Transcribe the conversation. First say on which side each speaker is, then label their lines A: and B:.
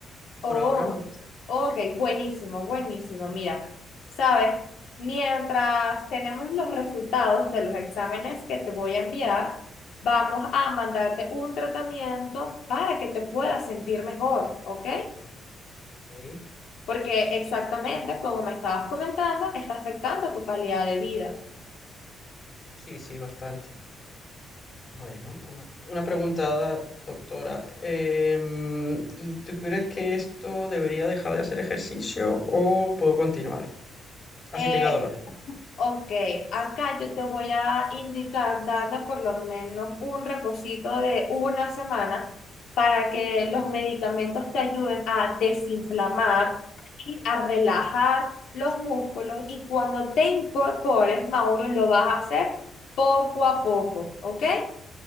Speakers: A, on the left; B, on the left.
A: Por
B: Oh,
A: ahora no.
B: ok, buenísimo, buenísimo. Mira, sabes, mientras tenemos los resultados de los exámenes que te voy a enviar, vamos a mandarte un tratamiento para que te puedas sentir mejor, ¿ok?
A: Ok.
B: Porque exactamente como me estabas comentando, está afectando tu calidad de vida.
A: Sí, sí, bastante. Bueno, una, una pregunta, doctora. em, ¿y tú crees que esto debería dejar de hacer ejercicio o puedo continuar? Así
B: Eh,
A: tenga dolor.
B: Ok, acá yo te voy a indicar, darle por lo menos un reposito de una semana para que
A: Ok,
B: los medicamentos te ayuden a desinflamar y a relajar los músculos. Y cuando te incorpores, Mauro, lo vas a hacer poco a poco, ¿ok?